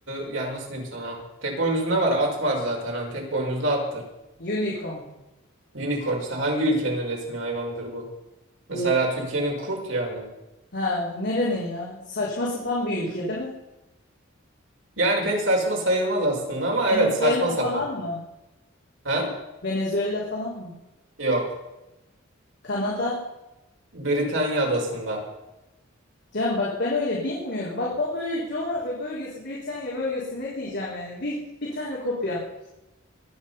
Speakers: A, on the right; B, on the left.
A: e, yani nasıl diyeyim sana? Tek boynuzlu ne var? At var zaten. Hani tek boynuzlu attır.
B: Unicorn.
A: Unicorn işte hangi ülkenin resmi hayvanıdır bu? Mesela
B: Re-
A: Türkiye'nin kurt yani.
B: Ha, nerenin ya? Saçma sapan bir ülke değil mi?
A: Yani pek saçma sayılmaz aslında ama
B: Venezuela
A: evet saçma sapan.
B: falan mı?
A: Ha?
B: Venezuela falan mı?
A: Yok.
B: Kanada?
A: Britanya adasında.
B: Can bak ben öyle bilmiyorum. Bak ben böyle coğrafya bölgesi, Britanya bölgesi ne diyeceğim yani? Bir, bir tane kopya.